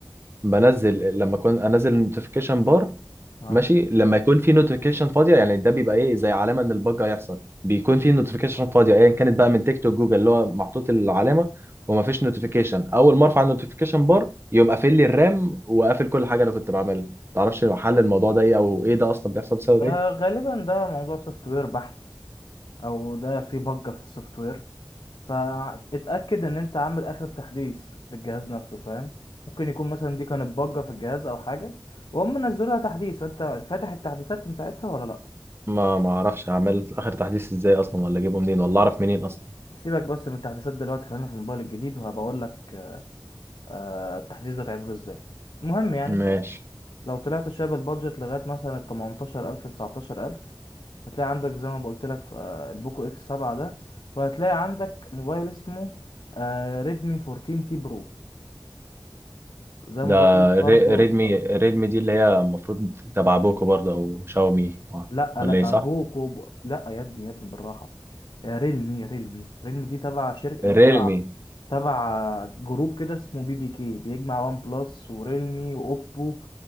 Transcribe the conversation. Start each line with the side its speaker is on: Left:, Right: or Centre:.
Right: بنزل لما اكون انزل النوتيفيكيشن بار
Left: اه
Right: ماشي لما يكون في نوتيفيكيشن فاضيه يعني ده بيبقى ايه زي علامه ان الباج هيحصل بيكون في نوتيفيكيشن فاضيه ايا كانت بقى من تيك توك جوجل اللي هو محطوط العلامه وما فيش نوتيفيكيشن اول ما ارفع النوتيفيكيشن بار يقوم قافل لي الرام وقافل كل حاجه انا كنت بعملها تعرفش حل الموضوع ده ايه او ايه ده اصلا بيحصل بسبب
Left: آه،
Right: ايه
Left: غالبا ده موضوع سوفت وير بحت او ده في بجة في السوفت وير فاتاكد ان انت عامل اخر تحديث للجهاز نفسه فاهم ممكن يكون مثلا دي كانت بجة في الجهاز او حاجة وهم نزلوا لها تحديث فانت فاتح التحديثات من ساعتها ولا لا
Right: ما ما اعرفش اعمل اخر تحديث ازاي اصلا ولا اجيبه منين ولا اعرف منين اصلا
Left: سيبك بس من التحديثات دلوقتي خلينا في الموبايل الجديد وهبقول لك آه، آه، التحديث ده تعمله ازاي المهم يعني
Right: ماشي
Left: لو طلعت شويه بالبادجت لغايه مثلا ال 18000 19000 هتلاقي عندك زي ما قلت لك في آه، البوكو اكس 7 ده وهتلاقي عندك موبايل اسمه آه، ريدمي 14 تي برو ده موبايل
Right: ده
Left: برضو
Right: ري- ريدمي ريدمي دي اللي هي المفروض تبع بوكو برضه او شاومي
Left: لا
Right: ولا
Left: لا
Right: ايه صح
Left: بوكو بو... لا يا ابني يا ابني بالراحه آه، ريلمي ريلمي ريلمي دي تبع شركه
Right: ريلمي
Left: تبع تبع جروب كده اسمه بي في كي بيجمع وان بلس وريلمي واوبو